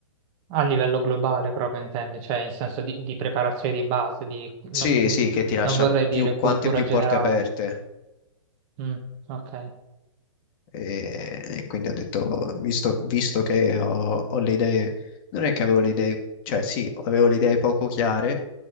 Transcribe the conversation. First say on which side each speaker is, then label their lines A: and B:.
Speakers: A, on the right (about 35°); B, on the left (about 40°).
A: A livello globale proprio intendi, cioè in senso di, di preparazione di base, di,
B: Sì,
A: no- mm,
B: sì, che ti lascia
A: non vorrei dire
B: più, quante
A: cultura
B: più
A: generale.
B: porte aperte.
A: Mm, ok,
B: E quindi ho detto, visto, visto che ho, ho le idee, non è che avevo le idee, cioè sì, avevo le idee poco chiare,